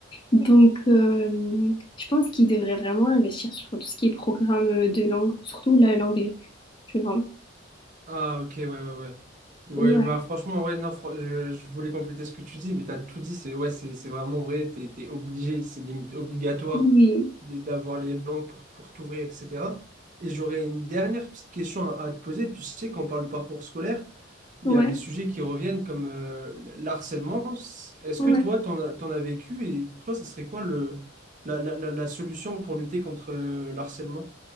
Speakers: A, on the left; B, on the right.
A: Donc, euh, je pense qu'ils devraient vraiment investir sur tout ce qui est programme de langue, surtout la- l'anglais. Je vois.
B: Ah ok, ouais, ouais, ouais. Ouais,
A: Ouais.
B: bah franchement, ouais, non, fran- je, je voulais compléter ce que tu dis, mais t'as tout dit, c'est ouais, c'est c'est vraiment vrai, t'es t'es obligé, c'est limite obligatoire.
A: Oui.
B: d- d'avoir les langues pour, pour t'ouvrir, etc. Et j'aurais une dernière petite question à, à te poser. Puis je sais quand on parle du parcours scolaire, il
A: Ouais,
B: y a des sujets qui reviennent comme euh, l'harcèlement. Est-ce
A: ouais.
B: que toi, t'en as, t'en as vécu et pour toi, ça serait quoi le, la, la, la- la solution pour lutter contre euh, l'harcèlement?